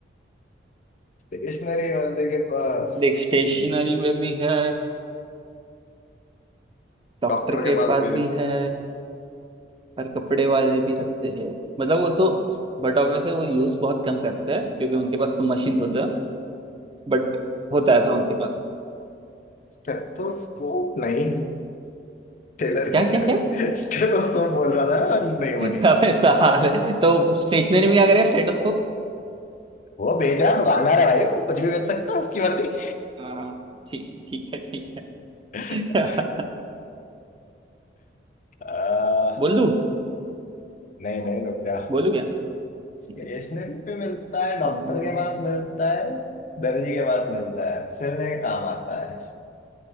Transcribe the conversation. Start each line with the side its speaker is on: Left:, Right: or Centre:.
Left: स्टेशनरी वाले के पास
Right: देख स्टेशनरी में भी है डॉक्टर
Left: डॉक्टर
Right: के
Left: के पास
Right: पास
Left: भेजा
Right: भी है और कपड़े वाले भी रखते हैं मतलब वो तो बट वैसे वो यूज बहुत कम करते हैं क्योंकि उनके पास तो मशीन्स होते हैं बट होता है ऐसा उनके पास
Left: स्टेथोस्कोप नहीं टेलर
Right: क्या
Left: क्या
Right: क्या
Left: करे
Right: क्या
Left: स्टेथोस्कोप बोल रहा था नहीं वो
Right: <laughs>
Left: नहीं
Right: अब ऐसा हाल है तो स्टेशनरी में क्या करेगा स्टेटोस्कोप
Left: वो बेच रहा दुकानदार है भाई वो कुछ भी बेच सकता है उसकी मर्जी
Right: हाँ ठीक ठीक है ठीक
Left: <laughs>
Right: है <laughs>
Left: आ,
Right: बोल दू
Left: नहीं नहीं रुक जा
Right: बोलू क्या
Left: स्टेशनरी
Right: ठीक है, ठीक
Left: पे मिलता है डॉक्टर
Right: है। अरे,
Left: के पास मिलता है दर्जी के पास मिलता है सिलने के काम आता है